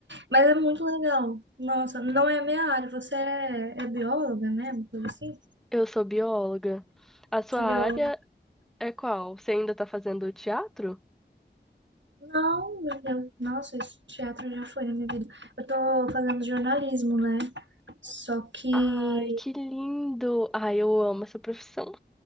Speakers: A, on the right (about 85°); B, in the centre.
A: Mas é muito legal. Nossa, não é a minha área. Você é, é bióloga, né? Uma coisa assim?
B: Eu sou bióloga. A sua
A: Você é
B: área
A: bióloga?
B: é qual? Você ainda tá fazendo teatro?
A: Não, meu Deus. Nossa, esse teatro já foi na minha vida. Eu tô fazendo jornalismo, né? Só que
B: Ai, que lindo! Ai, eu amo essa profissão.